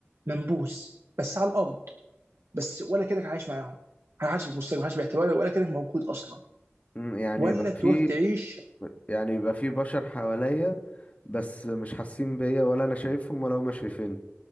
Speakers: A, on the right; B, on the left.
A: منبوذ بس على الارض بس ولا كانك عايش معاهم محدش بيبص لك محدش بيعتبرك ولا كانك موجود اصلا
B: مم، يعني
A: ولا
B: يبقى
A: تروح
B: في
A: تعيش
B: يعني يبقى في بشر حواليا بس مش حاسين بيا ولا انا شايفهم ولا هما شايفيني